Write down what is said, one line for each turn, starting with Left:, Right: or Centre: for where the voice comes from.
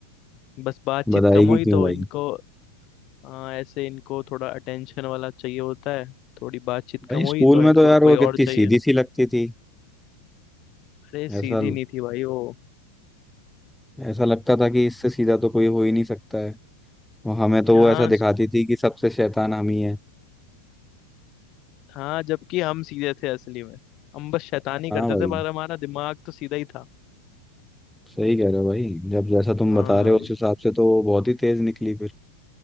Left: बस बातचीत
Centre: बताएगी
Left: कम हुई
Centre: क्यों
Left: तो
Centre: भाई
Left: इनको अ, ऐसे इनको थोड़ा अटेंशन वाला चाहिए होता है थोड़ी बातचीत
Centre: भाई
Left: कम
Centre: स्कूल
Left: हुई तो
Centre: में
Left: इनको
Centre: तो यार वो
Left: कोई
Centre: कितनी
Left: और चाहिए
Centre: सीधी सी लगती थी
Left: अरे सीधी
Centre: ऐसा
Left: नहीं थी भाई वो
Centre: ऐसा लगता था कि इससे सीधा तो कोई हो ही नहीं सकता है और हमें तो
Left: हाँ
Centre: वो ऐसा दिखाती
Left: स-
Centre: थी कि सबसे शैतान हम ही है
Left: हाँ जबकि हम सीधे थे असली में हम बस शैतानी
Centre: हाँ
Left: करते
Centre: भाई
Left: थे पर हमारा दिमाग तो सीधा ही था
Centre: सही कह रहे हो भाई जब जैसा तुम
Left: हाँ
Centre: बता रहे हो उस हिसाब से तो वो बहुत ही तेज निकली फिर